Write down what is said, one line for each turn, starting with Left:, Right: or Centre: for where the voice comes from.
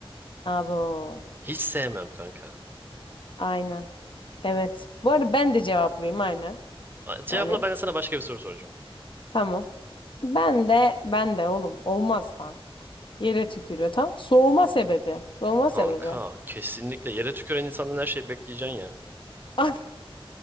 Left: Abo.
Right: Hiç sevmem kanka.
Left: Aynen. Evet. Bu arada ben de cevaplayayım aynen.
Right: A- Cevapla
Left: Hani
Right: ben de sana başka bir soru soracağım.
Left: tamam. Ben de ben de oğlum olmaz lan. Yere tükürüyor tamam. Soğuma sebebi. Soğuma
Right: Kanka
Left: sebebi.
Right: kesinlikle yere tüküren insandan her şeyi bekleyeceksin ya.
Left: <laughs>